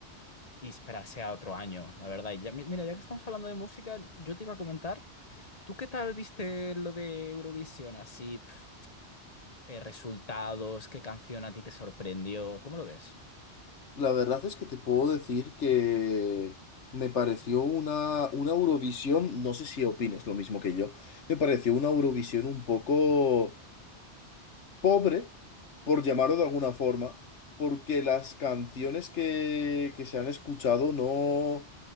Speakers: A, on the left; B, on the left.
A: y esperarse a otro año, la verdad. Y ya, mi- mira, ya que estamos hablando de música, yo te iba a comentar, ¿tú qué tal viste lo de Eurovisión? Así, pf, eh, resultados, qué canción a ti te sorprendió, ¿cómo lo ves?
B: La verdad es que te puedo decir que me pareció una, una Eurovisión, no sé si opines lo mismo que yo, me pareció una Eurovisión un poco pobre, por llamarlo de alguna forma, porque las canciones que, que se han escuchado no